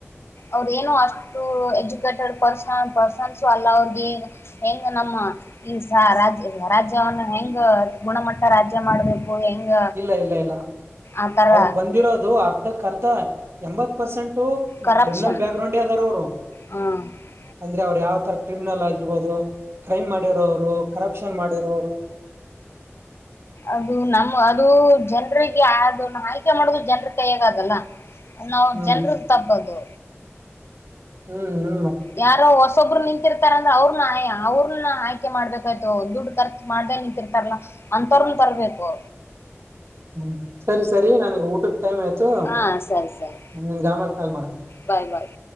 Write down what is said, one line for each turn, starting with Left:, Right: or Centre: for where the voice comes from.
Left: ಅವ್ರ ಏನು ಅಷ್ಟು ಎಜುಕೇಟೆಡ್ ಪ ಪಶನ್ಸು ಅಲ್ಲ ಅವ್ರಿಗೆ ಹೆಂಗ ನಮ್ಮ ಈ ರಾಜ್ಯ ರಾಜ್ಯವನ್ನು ಹೆ ಹೆಂಗ ಗುಣಮಟ್ಟ ರಾಜ್ಯ ಮಾಡ್ಬೇಕು ಹೆಂಗ
Right: ಇಲ್ಲ ಇಲ್ಲ ಇಲ್ಲ
Left: ಆತರ
Right: ಅವರು ಬಂದಿರೋದು ಅರ್ಧಕ್ ಅರ್ಧ ಎಂಬತ್ ಪರ್ಸೆಂಟ್
Left: ಕರಪ್ಷನ್
Right: ಕ್ರಿಮಿನಲ್ ಬ್ಯಾಕ್ ಗ್ರೌಂಡ್ ಅದಾರ ಅವರು
Left: ಹ
Right: ಅಂದ್ರೆ ಅವ ಯಾವ ಆಥರ ಕ್ರಿಮಿನಲ್ ಆಗಿರ್ಬೋದು ಕ್ರೈಮ್ ಮಾಡಿರೋರು ಕರಪ್ಷನ್ ಮಾಡಿರೋರು
Left: ಅದು ನಮ್ಮ ಅದು ಜನ್ರಿಗೆ ಅದು ಆಯ್ಕೆ ಮಾಡುದು ಜನ್ರ ಕೈ್ಯಗದಲ್ಲ ನಾವು
Right: ಹ್ಮ್
Left: ಜನ್ರಲ್ ತಬ್ಬದು
Right: ಹ್ಮ್್ಮ್
Left: ಯಾರೋ ಹೊಸೊಬ್ರು ನಿಂತಿರ್ತಾರಂದ್ರ ಅವ್ರ ನ ಅವ್ರ ಆಯ್ಕೆ ಮಾಡ್ಬೇಕಾಯ್ತು ದುಡ್ ಖರ್ಚು ಮಾಡ್ದೇ ನಿಂತಿರ್ತಾರಾ ಅಂತರ್ನ್ ತರ್ಬೇಕು
Right: ಹ್ಮ್ ಸರಿ ಸರಿ ನನಗೆ ಊಟ ಟೈಮ್ ಆಯ್ತು
Left: ಹಾ ಸರಿ ಸರಿ
Right: ನಿಮ ಗಾಮಲ್ ಕಾಲ್ ಮಾಡ
Left: ಬಾಯ್ ಬಾಯ್